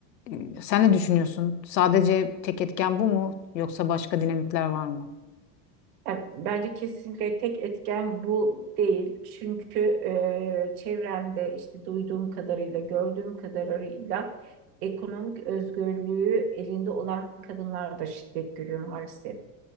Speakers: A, on the left (about 85°); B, on the right (about 65°).
A: E, sen ne düşünüyorsun? Sadece tek etken bu mu yoksa başka dinamikler var mı?
B: Yani bence kesinlikle tek etken bu değil. Çünkü e, çevremde işte duyduğum kadarıyla, gördüğüm kadarıyla ekonomik özgürlüğü elinde olan kadınlar da şiddet görüyor maalesef.